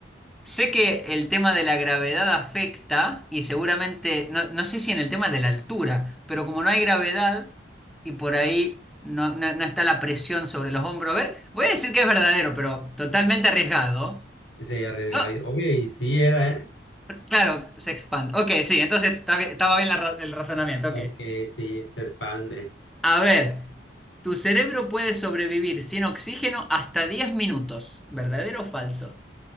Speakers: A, in the centre; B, on the left.
A: sé que el tema de la gravedad afecta y seguramente, no, no sé si en el tema de la altura, pero como no hay gravedad y por ahí no, no- no está la presión sobre los hombros, a ver, voy a decir que es verdadero, pero totalmente arriesgado.
B: Y se arriesgaba.
A: No,
B: y- Oye, y sí era, ¿eh?
A: claro, se expande. Ok, sí, entonces está bien- estaba bien la ra- el razonamiento, ok.
B: Aunque sí, se expande.
A: A ver, tu cerebro puede sobrevivir sin oxígeno hasta 10 minutos. ¿Verdadero o falso?